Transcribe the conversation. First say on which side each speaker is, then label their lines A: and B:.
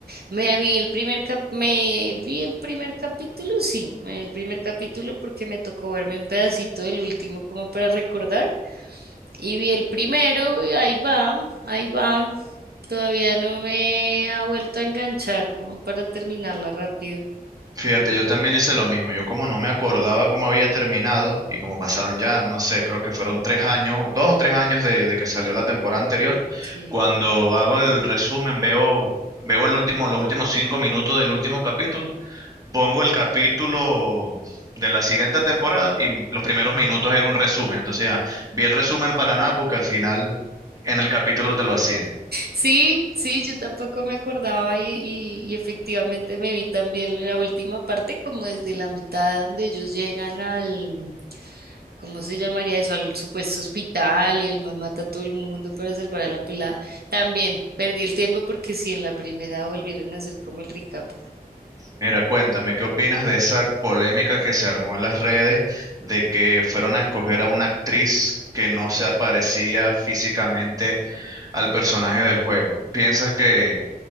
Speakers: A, on the right; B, on the right.
A: Me vi el primer cap- me vi el primer capítulo, sí, me vi el primer capítulo porque me tocó verme un pedacito del último como para recordar. Y vi el primero y ahí va, ahí va. Todavía no me ha vuelto a enganchar como para terminarla rápido.
B: Fíjate, yo también hice lo mismo. Yo como no me acordaba cómo había terminado y como pasaron ya, no sé, creo que fueron tres años, dos o tres años de, de que salió la temporada anterior.
A: Sí.
B: Cuando hago el resumen, veo, veo el último, los últimos cinco minutos del último capítulo, pongo el capítulo de la siguiente temporada y los primeros minutos era un resumen. Entonces, ah, vi el resumen para nada porque al final en el capítulo te lo hacían.
A: Sí, sí, yo tampoco me acordaba y, y, y efectivamente me vi también la última parte como desde la mitad donde ellos llegan al ¿Cómo se llamaría eso? Al supuesto hospital y el man mata a todo el mundo para salvar a la pelada. También perdí el tiempo porque si en la primera volvieron a hacer como el recap
B: Mira, cuéntame, ¿qué opinas de esa polémica que se armó en las redes de que fueron a escoger a una actriz que no se parecía físicamente al personaje del juego? ¿Piensas que,